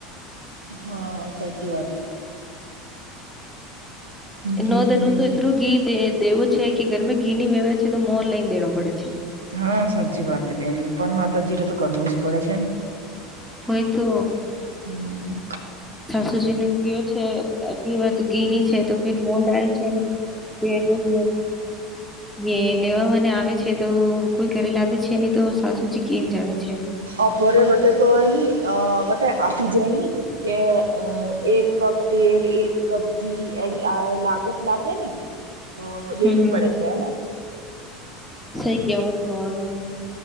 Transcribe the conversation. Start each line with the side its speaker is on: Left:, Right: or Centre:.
Right: હા સાચી વાત ઘી
Centre: નોંધ ન
Right: ને ઘી
Centre: તો એટલું ઘી દેવું છે કે ઘરમાં ઘી ની વ્યવહ છે તો મોન લઈને દેણો પડે છે
Right: હા સાચી વાત બેન પણ માતાજી ને તો કરવુ જ પડે છે ને
Centre: હઈ તો
Right: હમ
Centre: સુજીને ગયો છે ફી વાત ગીની છે તો ફીર મોલા છે બે રોજ એ લેવા મને આવે છે તો કોઈ ઘરે લાદે છે નહી તો સાસુજી કેમ જ આવે છે.
Right: અપોરે વટે તો એ નની વટે આપી જાય ન કે એક કપ તેલ એક કપ ઘી એ લાાગત લગે ન તો દેણી
Centre: હમ્મ
Right: પડે છે એને
Centre: સહી કેવો નો